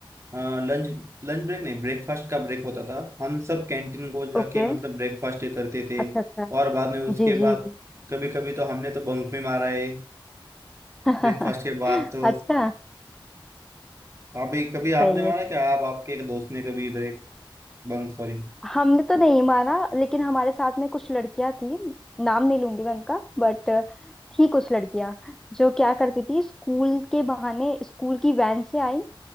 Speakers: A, on the right; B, in the centre.
A: लंच लंच ब्रेक नहीं ब्रेकफास्ट का ब्रेक होता था हम सब कैंटीन को जाके
B: ओके
A: मतलब ब्रेकफास्ट करते थे
B: अच्छा अच्छा
A: और बाद में उसके
B: जी जी
A: बाद
B: जी
A: कभी कभी तो हमने तो बंक में मारा है
B: <laughs>
A: ब्रेकफास्ट के बाद तो
B: अच्छा
A: अभी कभी आपने
B: सही
A: मारा
B: है सही
A: क्या
B: है
A: आप आपके एक दोस्त ने कभी ब्रेक बंक सॉरी
B: हमने तो नहीं माना लेकिन हमारे साथ में कुछ लड़कियां थी नाम नहीं लूंगी मैं उनका बट थी कुछ लड़कियां जो क्या करती थी स्कूल के बहाने स्कूल की वैन से आई